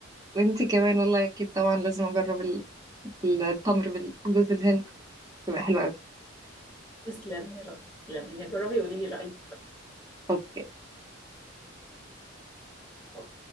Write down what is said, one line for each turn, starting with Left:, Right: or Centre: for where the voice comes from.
Right: وانتي كمان والله اكيد طبعا لازم اجرب ال- ال- التمر بالجوز الهند تبقى حلوة قوي
Left: تسلمي يا رب تسلمي جربي وقولي لي رايك
Right: اوكي
Left: بقى